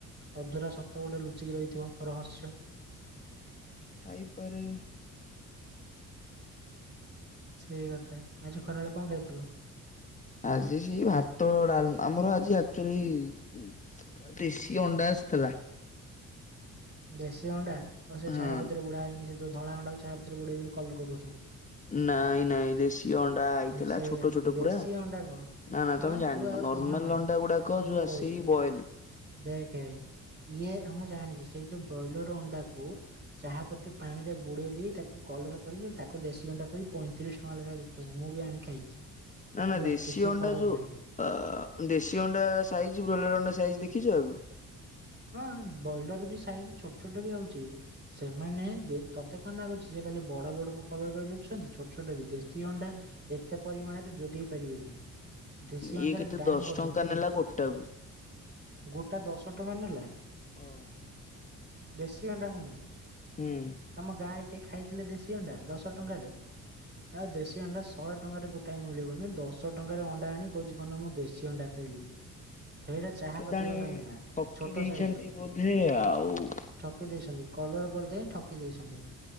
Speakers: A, on the right; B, on the left.
A: ଅଧୁରା ସତ ଗୋଟେ ଲୁଚିକି ରହିଥିବ ରହସ୍ୟ।
B: ଥାଇପାରେ?
A: ସେଇ କଥା ଆଜି ଖରାବେଳେ କଣ ଖାଇଥିଲୁ?
B: ଆଜି ସେଇ ଭାତ ଡାଲ ଆମର ଆଜି ଆକ୍ଚୁଆଲି ଉଁ ଦେଶି ଅଣ୍ଡା ଆସିଥିଲା।
A: ଦେଶୀ ଅଣ୍ଡା ଓହୋ ସେ
B: ହଁ
A: ଚାହା ପତିରେ ବୁଡା ହେଇକି ସେ ଯୋଉ ଧଳା ଅଣ୍ଡାକୁ ଚାହାପତିରେ ବୁଡେଇ କି କଲର କରି ଦଉଛନ୍ତି।
B: ନାଇଁ ନାଇଁ ଦେଶୀ ଅଣ୍ଡା ଆଇଥିଲା
A: ସେଇଆ
B: ଛୋଟ ଛୋଟ
A: ଦେଶୀ
B: ପୁରା।
A: ଅଣ୍ଡା କଣ
B: ନା ନା
A: ହଁ
B: ତମେ ଜାଣିନ
A: ତୁ ଆଉ
B: ନର୍ମାଲ
A: କହନା
B: ଅଣ୍ଡା ଗୁଡାକ
A: ମୁଁ
B: ଯୋଉ
A: କହୁଛି
B: ଆସିକି ବଏଲ୍
A: ଦେଖେ ଇଏ ହଁ ମୁଁ ଜାଣିଛି ସେଇ ଯୋଉ ବ୍ରଏଲର ଅଣ୍ଡାକୁ ଚାହା ପତି ପାଣିରେ ବୁଡେଇ ଦେଇ ତାକୁ କଲର କରି ତାକୁ ଦେଶୀ ଅଣ୍ଡା କରି ପଇଁତିରିଶ ଟଙ୍କା ଲେଖା ବି ଛନ୍ତି ମୁଁ ବି ଆଣି ଖାଇଛି।
B: ନା ନା
A: ହେଲା
B: ଦେଶୀ
A: କିଛି
B: ଅଣ୍ଡା
A: ଫରକ
B: ଯୋଉ
A: ନାହିଁ
B: ଆ ଦେଶୀ ଅଣ୍ଡା ସାଇଜି ବ୍ରଏଲର ଅଣ୍ଡା ସାଇଜି ଦେଖିଛ ଆଗ।
A: ହଁ ବ୍ରଏଲର ବି ସାଇଜି ଛୋଟ ଛୋଟ ବି ଆଉଛି। ସେମାନେ ଦେ ତତେ କଣ ଲାଗୁଛି ସେ ଖାଲି ବଡ ବଡ କୁ କଲର କରି ବକୁୁଛନ୍ତି ଛୋଟ ଛୋଟ ବି ଦେଶୀ ଅଣ୍ଡା ଏତେ ପରିମାଣରେ ଯୋଗେଇ ପାରିବେନି ଦେଶୀ
B: ଇଏ
A: ଅଂସର
B: କେତେ
A: ଦାମ
B: ଦଶ
A: ପର୍ବଳ।
B: ଟଙ୍କା ନେଲା ଗୋଟାକୁ
A: ଗୋଟା ଦଶ ଟଙ୍କା ନେଲା।
B: ହଁ।
A: ଦେଶୀ ଅଣ୍ଡା କୁ ନାଇଁ।
B: ହୁଁ
A: ତମ ଗାଁ ରେ କିଏ ଖାଇଥିଲେ ଦେଶୀ ଅଣ୍ଡା ଦଶ ଟଙ୍କାରେ। ନା ଦେଶୀ ଅଣ୍ଡା ଶହେ ଟଙ୍କାରେ ଗୋଟାଏ ମିଳିବନି ଦଶ ଟଙ୍କାରେ ଅଣ୍ଡା ଆଣି କହୁଛି କଣ ନା ମୁଁ ଦେଶୀ ଅଣ୍ଡା ଖାଇଲି। ସେଇଟା ଚାହାପତି
B: କେଜାଣି
A: ବାଲା ଅଣ୍ଡା।
B: ଠକି
A: ଛୋଟ
B: ଦେଇଛନ୍ତି
A: ସାଇଜ ର।
B: ବୋଧେ ଆଉ।
A: ଠକି ଦେଇଛନ୍ତି କଲର କରିଦେଇ ଠକି ଦେଇଛନ୍ତି।